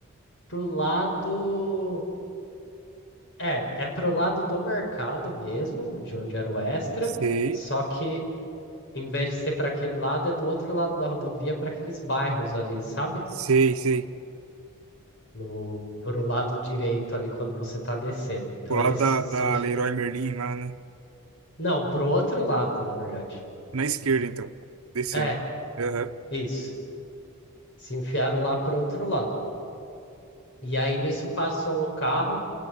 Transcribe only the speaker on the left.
pro lado, é, é pro lado do mercado mesmo, de onde era o extra,
só que em vez de ser para aquele lado, é do outro lado da rodovia para aqueles bairros ali, sabe?
no pro lado direito ali quando você tá descendo. Então
eles
se
Não, pro outro lado, na verdade.
É,
isso. Se enfiaram lá pro outro lado. E aí nisso passou um carro